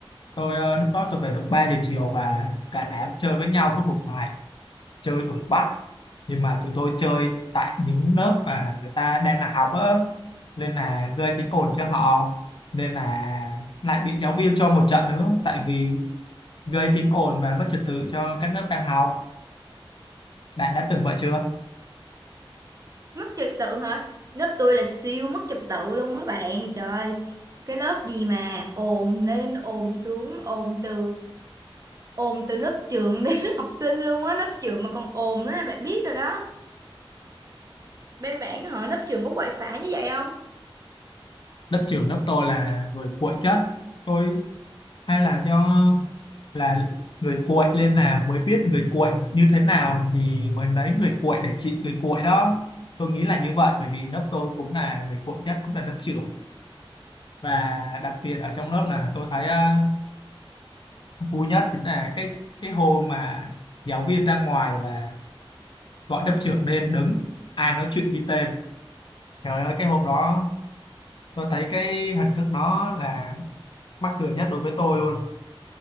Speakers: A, on the left; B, on the right.
A: tôi ờ, lúc đó tôi về được ba giờ chiều và cả đám chơi với nhau có thuộc lại chơi đuổi bắt nhưng mà tụi tôi chơi tại những lớp mà người ta đang là học á nên là gây tiếng ồn cho họ nên là lại bị giáo viên cho một trận nữa tại vì gây tiếng ồn và mất trật tự cho các lớp đang học bạn đã từng vậy chưa
B: mất trật tự hả lớp tôi là siêu mất trật tự luôn á bạn trời ơi, cái lớp gì mà ồn lên ồn xuống ồn từ ồn từ lớp trưởng đến <laughs> lớp học sinh luôn á lớp trưởng mà còn ồn nữa là bạn biết rồi đó bên bạn họ lớp trưởng có quậy phá như vậy không
A: lớp trưởng lớp tôi là người cuội chất tôi hay là do là người cuội lên là mới biết người cuội như thế nào thì mới lấy người cuội để trị người cuội đó tôi nghĩ là như vậy bởi vì lớp tôi cũng là người cuội nhất cũng là lớp trưởng và đặc biệt ở trong lớp là tôi thấy ờ, vui nhất chính là cái cái hôm mà giáo viên ra ngoài và gọi lớp trưởng lên đứng ai nói chuyện ghi tên trời ơi cái hôm đó tôi thấy cái hình thức nó là mắc cười nhất đối với tôi luôn